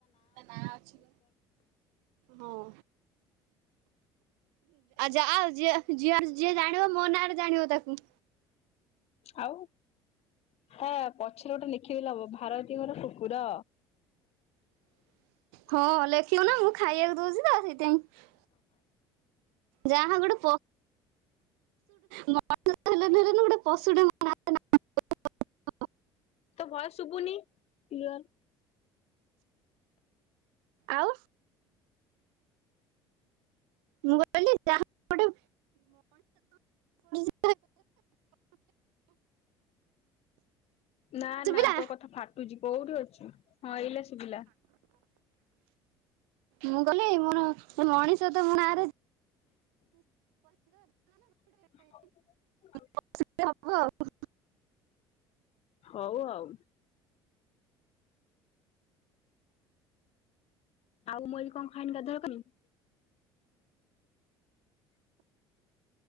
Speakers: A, on the right; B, on the left.
A: ତା ନାଁ ଅଛି ହଁ। ଯା ଯି ଯି ଯିଏ ଜାଣିବ ମୋ ନାଁରେ ଜାଣିବ ତାକୁ।
B: ଆଉ ତା ପଛରେ ଗୋଟେ ଲେଖିଦେଲେ ହେବ ଭାରତୀଙ୍କର କୁକୁର।
A: ହଁ ଲେଖିବୁ ନା ମୁଁ ଖାଇବାକୁ ଦଉଛି ତ ସେଇଥିପାଇଁ। ଯାହା ଗୋଟେ ମମଣିଷ ତ ହେଲେନି ହେଲେନି ଗୋଟେ ପଶୁଟାକୁ <inaudible>
B: ତୋ ଭୟସ ଶୁବୁନି କ୍ଲିୟର।
A: ଆଉ। ମୁଁ କହିଲି ଯାହା ଗୋଟେ <unintelligible>
B: ନା ନା
A: ପିଲା
B: ତୋ କଥା ଫାଟୁଚି କୋଉଠି ଅଛୁ ହଁ ଏଇଲା ଶୁଭିଲା।
A: ମୁଁ ଗଲି ମୋର ମଣିଷ ତ ମୋ ନାଁ ରେ
B: ଆଉ।
A: ଆଉ ସେମିତି ହବ ଆଉ।
B: ହଉ ଆଉ। ଆଉ ମଇ କଣ ଖାଇନି ଗାଧୁଆ ବେଳେ କଇମି